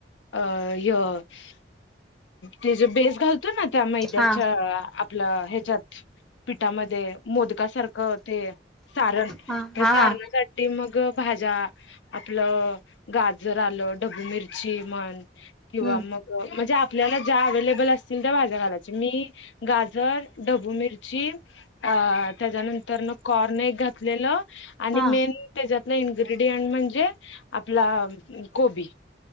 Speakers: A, on the left; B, in the centre.
A: अ य - ते ज बेस घालतो ना त्या मैद्याच्या
B: हा
A: - आपलं ह्याच्यात पिठामध्ये मोदका सारखं - ते सारण
B: हा
A: तर
B: हा
A: सारणासाठी
B: हा
A: मग - भाज्या आपलं गाजर आलं ढबू मिरची मन - किंवा
B: हम्म
A: मग म्हणजे - आपल्याला ज्या अवेलेबल असतील त्या भाज्या घालायचे मी गाजर ढबू मिरची - अ त्याच्यानंतर मग कॉर्न एक घातलेलं. आणि
B: हा
A: मेन त्याच्यातला इन्ग्रेडियंट म्हणजे आपला कोबी-